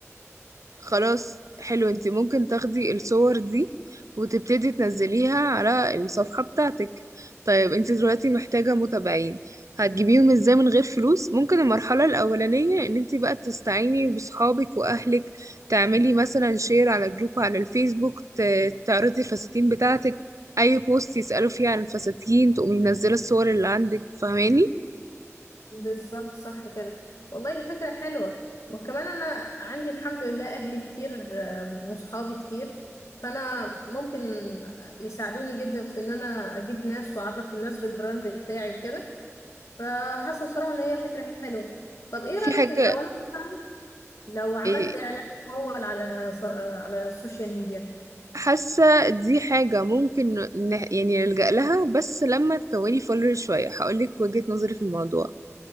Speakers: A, on the right; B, on the left.
A: خلاص حلو انت ممكن تاخدي الصور دي وتبتدي تنزليها على الصفحة بتاعتك طيب انت دلوقتي محتاجة متابعين هتجيبيهم ازاي من غير فلوس ممكن المرحلة الأولانية ان انت بقى تستعيني بصحابك وأهلك تعملي مثلا شير على جروب على الفيسبوك ت- تعرضي الفساتين بتاعتك أي بوست يسألوا فيه عن الفساتين تقومي منزلة الصور اللي عندك فاهماني
B: بالظبط صح كده والله فكرة حلوة وكمان أنا عندي الحمد لله أهلي كتير آم، وصحابي كتير فأنا ممكن يساعدوني جدا في إن أنا أجيب ناس وأعرف الناس بالبراند بتاعي وكده فحاسة بصراحة إن هي فكرة حلوة طب إيه
A: في
B: رأيك
A: حاجة
B: لو أنا مثلاً لو عملت
A: إيه،
B: إعلان ممول على ص- على السوشيال ميديا
A: حاسة دي حاجة ممكن نه... يعني نلجأ لها بس لما تكوني فولر شوية هقولك وجهة نظري في الموضوع